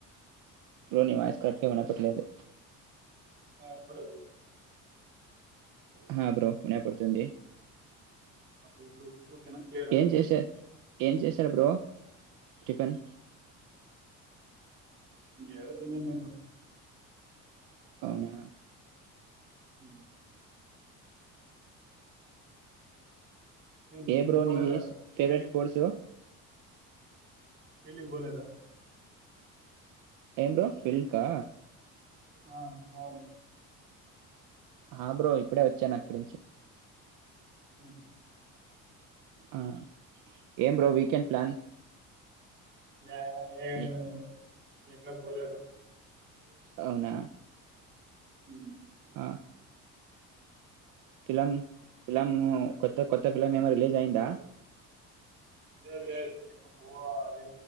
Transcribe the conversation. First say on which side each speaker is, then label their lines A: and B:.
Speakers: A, on the right; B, on the right.
A: బ్రో నీ వాయిస్ కరెక్ట్ గా వినపడట్లేదు
B: ఆ ఇప్పుడు
A: హా బ్రో వినపడుతుంది
B: ఒకే ఇప్పుడు ఓకేనా క్లియరా
A: ఏం చేశారు ఏం చేశారు బ్రో టిఫిన్
B: ఏ తిన్నాను
A: అవునా
B: హ ఏం బ్రో
A: ఏబ్రో
B: మీరు పోలేదా
A: నిది ఫవరెట్
B: ఫీల్డ్
A: స్పోర్ట్స్
B: పెళ్ళికి పోలేదా
A: ఏం బ్రో పెళ్లికా
B: ఆ మవులు
A: ఆ బ్రో ఇప్పుడే వచ్చాను అక్కడి నుంచి
B: అవును
A: ఆ ఏం బ్రో వీకెండ్ ప్లాన్
B: లే ఎం
A: ఏ-
B: లేదు బ్రో ఇంట్లపోలేను
A: అవునా
B: హ
A: ఆ ఫీలాం ఫీలాం కొథక్ కొత్త ఫిలిం ఏమన్న రిలీజ్ అయిందా
B: లే లే ఇంకా పోవా అదే